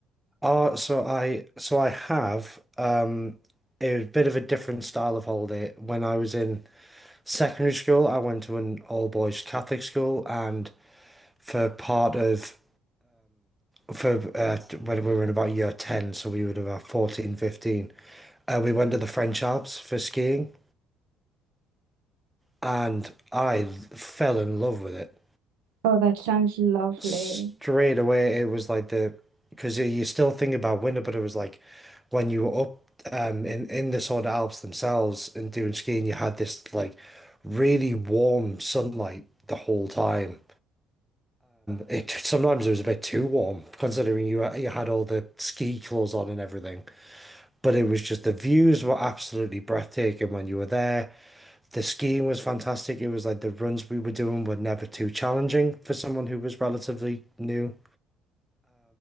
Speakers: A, in the centre; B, on the right.
A: Uh, so I so I have um it was a bit of a different style of holiday. When I was in secondary school, I went to an all boys Catholic school, and for part of for uh, when we were in about year 10, so we would have about 14 15, uh, we went to the French Alps for skiing, and I fell in love with it.
B: Oh, that sounds lovely.
A: straight away it was like the because you still think about winter, but it was like when you were up um in in the Southern Alps themselves and doing skiing, you had this like really warm sunlight the whole time. It sometimes it was a bit too warm considering you you had all the ski clothes on and everything, but it was just the views were absolutely breathtaking when you were there. The skiing was fantastic. It was like the runs we were doing were never too challenging for someone who was relatively new.